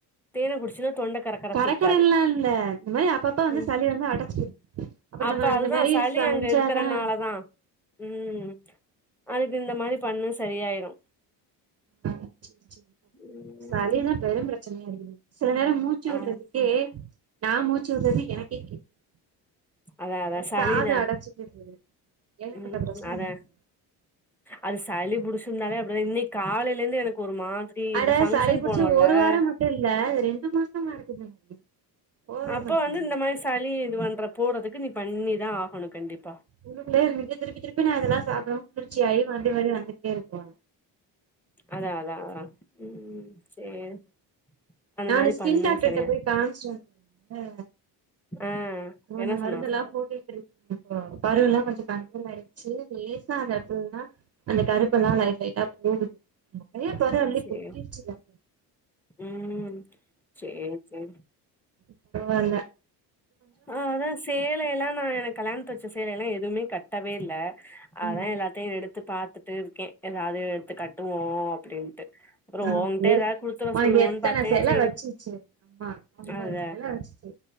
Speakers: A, in the centre; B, on the right.
A: தேனை குடிச்சுன்ன தொண்டை கரக்கரப்பு
B: கரக்கரன்லா
A: இருக்காது
B: இல்ல இந்த மாரி அப்பப்ப வந்து
A: உம்
B: சளி வந்து அடைச்சிக்குது அப்புறோ
A: அப்ப
B: நம்ம
A: அதுதான்
B: இந்த மாரி
A: சளி
B: செஞ்சாதா
A: அங்க இருக்கறனாலதா உம் அதுக்கு இந்த மாரி பண்ணு சரியாயிரு
B: அ சரி சரி
A: ம்
B: சளிதா பெரும் பிரச்சனையா இருக்கு சில நேர மூச்சு
A: ஆ
B: விடுறதுக்கே நா மூச்சு விடுறது எனக்கே கேக்குது
A: அதா அதா
B: அது
A: சளிதா
B: காது அடைச்சிக்குது ஏகப்பட்ட
A: உம்
B: பிரச்சன
A: அதா
B: வருது
A: அது சளி புடிச்ச இருந்தாலே அப்படிதா இன்னைக்கு காலையில இருந்து எனக்கு ஒரு மாதிரி
B: ஆட
A: இந்த ஃபங்க்ஷன்
B: சளி புடிச்சு
A: போனோல்ல
B: ஒரு வார மட்டு இல்ல அது ரெண்டு மாசமா இருக்குது எனக்கு. போவே
A: அப்போ
B: மாட்டேங்குது
A: வந்து இந்த மாரி சளி <unintelligible> போறதுக்கு நீ பண்ணிதா ஆகணு கண்டிப்
B: உள்ளுக்குள்ளே இருந்துட்டு திருப்பி திருப்பி நாதுல்லா அப்றோ குளிச்சியாய் வந்த வழியே வந் ந்துக்கே இருக்கோ
A: அதா அதா ஆ ம் சேரி அந்த
B: நானு
A: மாரி
B: ஸ்கின்
A: பண்ணு
B: டாக்டர்ட்ட
A: சரியா
B: போய் காமிச்ச ஆ
A: ஆ
B: நா
A: என்ன
B: அந்த
A: சொன்னா
B: மருந்தெல்லா போட்டுட்ருக் அது இப்போ பருலா கொஞ்ச கண்ட்ரோல் ஆயிடுச்சு லேசா <unintelligible> அந்த கருப்பெல்லா லைட் லைட்டா போகுது ஆமா நெறைய பரு அள்ளி
A: சேரி
B: கொட்டிருச்சுல அப்போ
A: ம் சேரி சேரி
B: இப்போ‌ பரவாயில்ல
A: ஹ அதா சேலையெல்லா நா எனக் கல்யாணத்துக்கு வச்ச சேலைையெல்லா எதுவுமே கட்டவே இல்ல அதா
B: ம்
A: எல்லாத்தையு எடுத்து பாத்துட்டு இருக்கே ஏதாவது எடுத்து கட்டுவோ அப்டின்ட்டு அப்றோ
B: ஆ
A: ஓங்கிட்ட
B: எத்
A: எதாவது குடுத்துட
B: நா
A: சொல்லுவோன்னு
B: எத்தன
A: பாத்தே
B: சேல
A: சேரி
B: வச்சிச்சு அம்மா அம்பது
A: அத
B: சேல வச்சிச்சு